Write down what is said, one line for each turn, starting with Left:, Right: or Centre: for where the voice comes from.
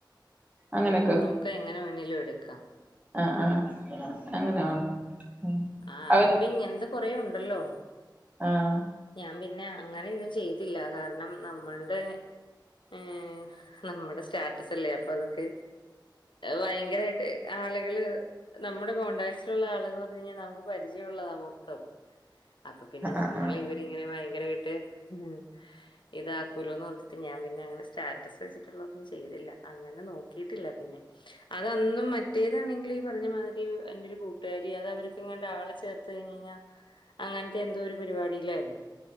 Right: അങ്ങനെയൊക്കെ
Left: ഓ നമുക്ക് എങ്ങനെ വേണെങ്കിലും എടുക്കാം
Right: ആഹ് ആഹ് അങ്ങനെ
Left: ആഹ
Right: വേണം ഉം
Left: ആഹ്
Right: അവര്
Left: ഇപ്പൊ ഇങ്ങെനത്തെ കൊറേ ഉണ്ടല്ലോ.
Right: ആഹ
Left: ഞാൻ പിന്നെ അങ്ങനൊന്നും ചെയ്തില്ല കാരണം നമ്മളുടെ മ് നമ്മുടെ സ്റ്റാറ്റസ് അല്ലേ അപ്പൊ അതൊക്കെ ഭയങ്കരായിട്ട് ആളുകള് നമ്മുടെ കോൺടാക്സിലുള്ള ആള്ന്ന് പറഞ്ഞാ നമുക്ക് പരിചയം ഉള്ളതാ മൊത്തം. അപ്പൊ പിന്നെ നമ്മള്
Right: ആഹ്
Left: ഇവരിങ്ങനെ ഭയങ്കരവായിട്ട് ഉ ഇതാക്കൂലോന്ന് ഓർത്തിട്ട് ഞാൻ പിന്നെ അങ്ങനെ സ്റ്റാറ്റസ് വെച്ചിട്ടുള്ള ഒന്നും ചെയ്തില്ല. അങ്ങനെ നോക്കിട്ടില്ല പിന്നെ അതന്നും മറ്റേതാണെങ്കി പറഞ്ഞ മാതിരി എന്റെ ഒരു കൂട്ടുകാരി അത് അവർക്ക്ങ്ങാണ്ടെ ആളെ ചേർത്ത് കഴിഞ്ഞഞ്ഞാൽ അങ്ങനത്തെ എന്തോ ഒരു പരിപാടിയിലായിരുന്നു